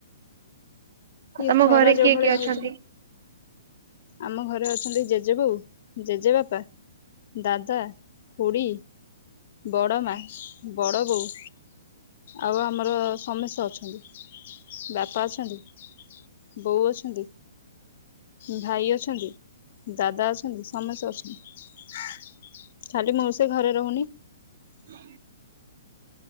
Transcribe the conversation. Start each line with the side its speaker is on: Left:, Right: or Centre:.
Right: ଆଉ
Left: ଇଏ
Right: ତମ
Left: ଖରା
Right: ଘରେ କିଏ
Left: ଯୋଉ ଭଳିଆ
Right: କିଏ ଅଛନ୍ତି?
Left: ହଉଚି। ଆମ ଘରେ ଅଛନ୍ତି ଜେଜେ ବୋଉ ଜେଜେବାପା ଦାଦା ଖୁୁଡି ବଡ ମା ବଡ ବୋଉ ଆଉ ଆମର ସମେସ୍ତ ଅଛନ୍ତି ବାପା ଅଛନ୍ତି ବୋଉ ଅଛନ୍ତି। ଭାଇ ଅଛନ୍ତି ଦାଦା ଅଛନ୍ତି ସମସ୍ତେ ଅଛନ୍ତି। ଖାଲି ମୁଁ ସେ ଘରେ ରହୁନି।
Right: <inaudible>